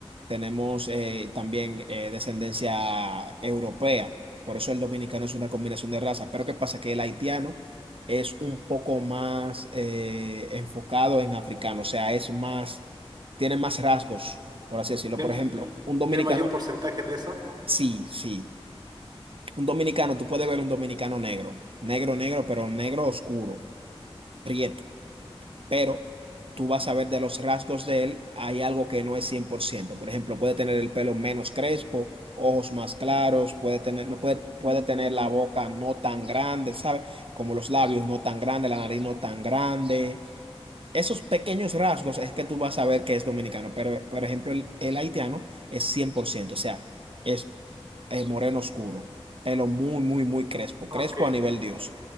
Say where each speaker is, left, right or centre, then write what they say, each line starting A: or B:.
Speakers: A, on the right; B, on the right.
A: tenemos eh, también eh, descendencia europea. Por eso el dominicano es una combinación de razas. Pero ¿qué pasa? Que el haitiano es un poco más eh, enfocado en africano, o sea, es más, tiene más rasgos, por así decirlo.
B: ¿Tiene,
A: Por ejemplo, un dominicano,
B: tiene mayor porcentaje de eso? Ok,
A: sí, sí, un dominicano, tú puedes ver un dominicano negro, negro, negro, pero negro oscuro, prieto, pero tú vas a ver de los rasgos de él, hay algo que no es 100%. Por ciento. Por ejemplo, puede tener el pelo menos crespo. Ojos más claros, puede tener, no puede, puede tener la boca no tan grande, ¿sabes? Como los labios no tan grandes, la nariz no tan grande, Esos pequeños rasgos es que tú vas a ver que es dominicano, pero por ejemplo el, el haitiano es cien por ciento o sea, es eh, moreno oscuro, pelo muy, muy, muy crespo,
B: ok.
A: crespo a nivel Dios,